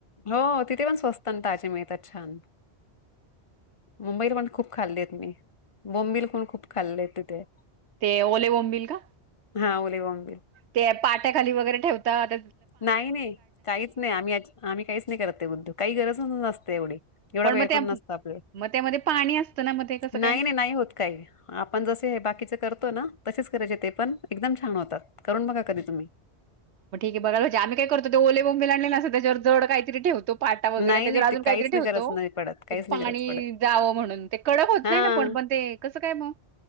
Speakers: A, on the left; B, on the right.
A: हो तिथे पण स्वस्त न ताजे मेळतात छान. मुंबईत पण खूप खाल्लीयेत मी बोंबील पण खूप खाल्लेय तिथे.
B: ते ओले बोंबिल का?
A: हा ओले बोंबील.
B: ते पाट्याखाली वगैरे ठेवताात.
A: नाही नाही काहीच नाही आम्ही आम्ही काहीच नाही करत ते उद्योग काही गरजच नसते एवढी एव ढा वेळ
B: मग त्या
A: पण नस्त आपल्याला,
B: मग त्यामध्ये पाणी असतं ना मग ते कसं काय
A: नाहीन नाही होत काही आपण जसे बाकी चे करतो ना तसेच करायचे ते पण एकदम छन होतात, करून बघा कधी तुम्ही.
B: बरा म्हणजे आम्ही काय करतो ते ओले बोंबील आणले असत त्यावर जड काहीतरी ठवतो. पाटा वगैरे
A: नाही
B: त्याच्यावर
A: नाही
B: अजून
A: ते
B: काहीतरी
A: काहीच नाही
B: ठेवतो
A: गरज नाही पडत. काहीच नाही
B: पाणी
A: गरज पडत.
B: जावं म्हणून ते कडक होत
A: हां.
B: नाही ना पण प ण ते कसं काय मग.